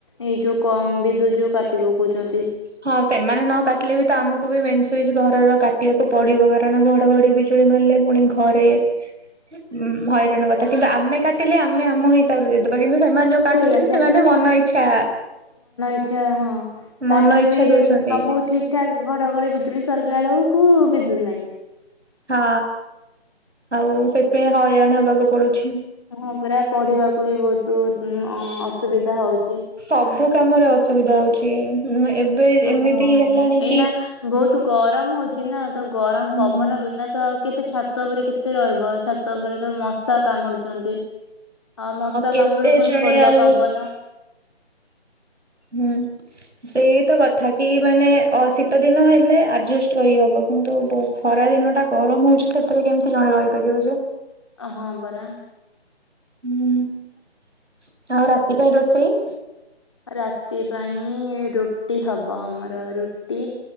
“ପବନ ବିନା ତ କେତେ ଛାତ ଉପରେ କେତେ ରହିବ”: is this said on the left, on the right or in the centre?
Left